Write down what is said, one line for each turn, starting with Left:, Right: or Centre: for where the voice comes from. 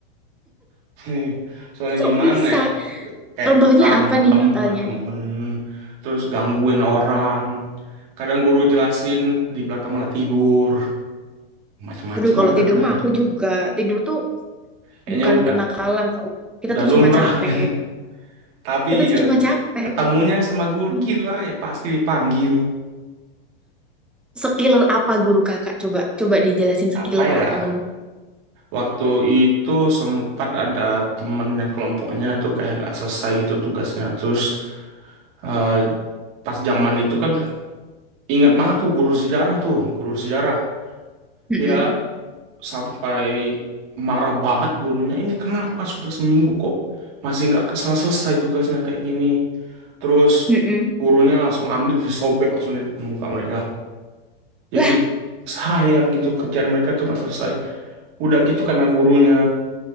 Right: <laughs> Nih, soalnya
Centre: Kok
Right: gimana
Centre: bisa?
Right: ya kayak
Centre: Contohnya
Right: berantem
Centre: apa nih nakalnya
Right: sama temen
Centre: nih?
Right: terus gangguin orang kadang guru jelasin di belakang malah tidur macem-macem
Centre: Aduh, kalau
Right: lah nakalnya
Centre: tidur mah aku juga. Tidur tuh
Right: kayaknya
Centre: bukan
Right: udah
Centre: kenakalan tau. Kita
Right: udah
Centre: tuh
Right: lumrah
Centre: cuma capek.
Right: <laughs> tapi
Centre: Kita tuh
Right: ya
Centre: cuma capek.
Right: ketemunya sama guru
Centre: Hmm.
Right: killer ya pasti dipanggil
Centre: Sekiller apa guru kakak? Coba coba dijelasin
Right: apa
Centre: sekiller
Right: ya
Centre: apa guru.
Right: waktu itu sempat ada temen yang kelompoknya tuh kayak nggak selesai gitu tugasnya terus eh, pas zaman itu kan ingat banget tuh guru sejarah tuh guru sejarah
Centre: Mm-mm.
Right: dia sampai marah banget gurunya ini kenapa sudah seminggu kok masih nggak selesai tugasnya kayak gini terus
Centre: Mm-mm.
Right: gurunya langsung ambil disobek langsung di depan muka mereka jadi
Centre: Lah,
Right: sayang gitu kerjaan mereka tuh nggak selesai udah gitu karena gurunya